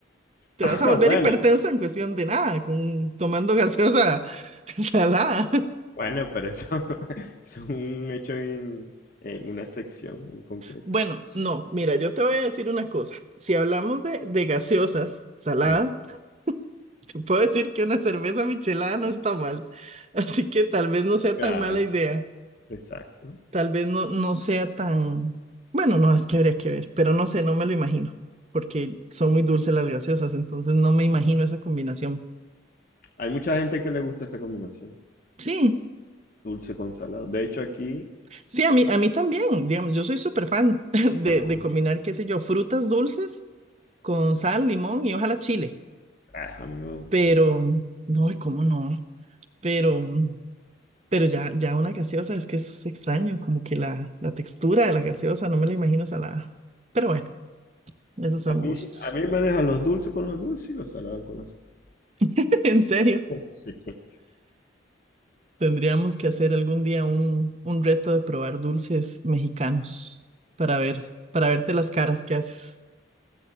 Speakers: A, on the right (about 35°); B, on the left (about 50°).
A: Te
B: <laughs>
A: vas a
B: Ah,
A: volver
B: bueno,
A: hipertenso en cuestión de nada, con, tomando gaseosa <laughs> salada.
B: bueno, pero eso, <laughs> eso es un hecho en, en una sección en concreto.
A: Bueno, no, mira, yo te voy a decir una cosa. Si hablamos de, de gaseosas saladas,
B: Sí,
A: te puedo decir que una cerveza michelada no está mal. <laughs> Así que tal vez no sea
B: claro,
A: tan mala idea.
B: exacto.
A: Tal vez no, no sea tan... Bueno, no, es que habría que ver, pero no sé, no me lo imagino, porque son muy dulces las gaseosas, entonces no me imagino esa combinación.
B: Hay mucha gente que le gusta esa combinación,
A: Sí,
B: dulce con salado. De hecho, aquí,
A: sí, a mí, a mí también, digamos, yo soy súper fan <laughs> de,
B: ah,
A: de combinar, qué sé yo, frutas dulces con sal, limón y ojalá chile.
B: ah, a mí no me gusta
A: pero,
B: eso.
A: no, y cómo no, pero, pero ya, ya una gaseosa es que es extraño, como que la, la textura de la gaseosa, no me la imagino salada. Pero bueno, esos son
B: A mí,
A: gustos.
B: a mí me dejan los dulces con los dulces y los salados con los salados.
A: <laughs> En serio,
B: <laughs> Sí.
A: tendríamos que hacer algún día un, un reto de probar dulces mexicanos para ver, para verte las caras que haces.